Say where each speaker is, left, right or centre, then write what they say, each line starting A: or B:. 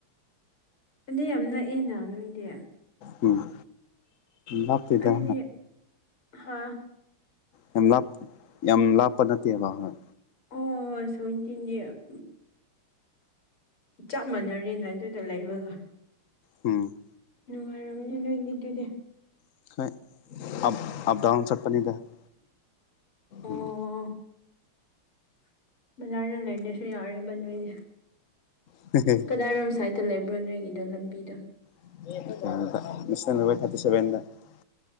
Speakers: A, on the left (about 80°); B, on the left (about 50°).
A: ꯐꯗ ꯌꯥꯝ ꯅꯛꯑꯦꯅ ꯅꯣꯏꯗꯤ
B: ꯎꯝ ꯂꯥꯞꯇꯦꯗ
A: ꯑꯩꯗꯤ ꯍꯥ
B: ꯌꯥꯝ ꯂꯥꯞ ꯌꯥꯝ ꯂꯥꯞꯄ ꯅꯠꯇꯦꯕ ꯍꯣꯏ
A: <unintelligible> ꯆꯞ ꯃꯥꯟꯅꯔꯤꯅ ꯑꯗꯨꯗ ꯂꯩꯕꯒ
B: ꯎꯝ
A: ꯅꯨꯡꯉꯥꯏꯔꯝꯅꯦ ꯅꯣꯏꯗꯤ ꯑꯗꯨꯗꯤ
B: <unintelligible>
A: ꯑꯣ
B: ꯎꯝ
A: ꯕꯖꯥꯔꯗ ꯂꯩꯗꯁꯨ ꯌꯥꯔꯦꯕ ꯅꯣꯏꯁꯦ
B: <unintelligible>
A: ꯀꯗꯥꯏꯔꯣꯝ ꯁ꯭ꯥꯏꯗ ꯂꯩꯕ꯭ꯔꯣ ꯅꯣꯏꯒꯤꯗꯣ ꯂꯝꯕꯤꯗꯣ
B: <unintelligible>